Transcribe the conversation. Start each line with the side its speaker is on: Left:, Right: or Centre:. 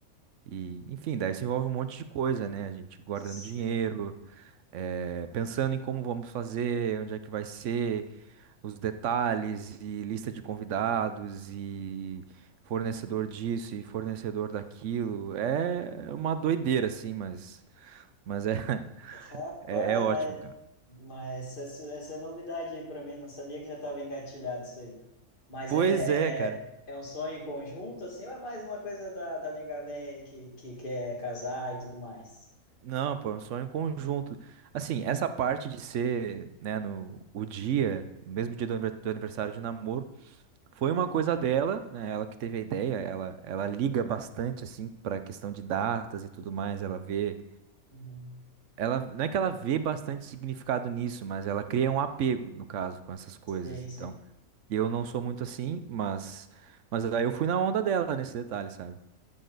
Right: E, enfim, daí isso envolve um monte de coisa, né? A gente guardando
Left: sim.
Right: dinheiro, eh, pensando em como vamos fazer, onde é que vai ser os detalhes e lista de convidados e fornecedor disso e fornecedor daquilo. É uma doideira, assim, mas, mas é, <laughs>
Left: Rapaz,
Right: é, é ótimo,
Left: mas,
Right: cara.
Left: mas essa, essa é novidade aí para mim, não sabia que já estava engatilhado isso aí. Mas
Right: Pois
Left: é,
Right: é, cara.
Left: é, é um sonho em conjunto, assim, ou é mais uma coisa da, da nega véia aí que, que quer casar e tudo mais?
Right: Não, pô, é um sonho em conjunto. Assim,
Left: Uhum,
Right: essa parte de ser, né, no o dia, no mesmo dia do aniver- do aniversário de namoro, foi uma
Left: uhum,
Right: coisa dela, né? Ela que teve a ideia, ela, ela liga bastante, assim, pra questão de datas e tudo mais, ela vê
Left: uhum.
Right: Ela, não é que ela vê bastante significado nisso, mas ela cria um apego, no caso, com essas coisas.
Left: Sim,
Right: Então,
Left: sim.
Right: eu não sou muito assim, mas, mas aí eu fui na onda dela nesse detalhe, sabe?